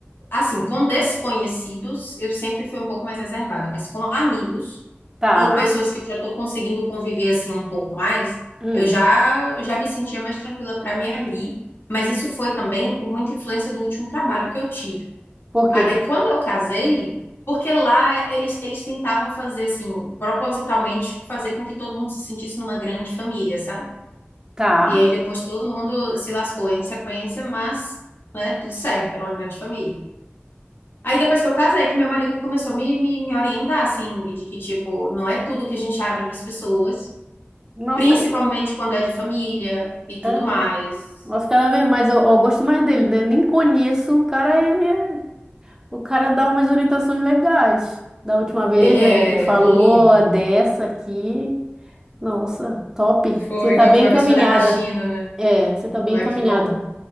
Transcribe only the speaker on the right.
Tá.
Hum.
Por
quê?
Tá.
Nossa,
e-
aham.
Nossa, cada vez mais eu, eu gosto mais dele, né? Nem conheço o cara, ele é... O cara dá umas orientações legais. Da última vez,
né, que ele falou
a dessa aqui. Nossa, top.
Você tá
bem
encaminhada.
É, você tá bem
encaminhada.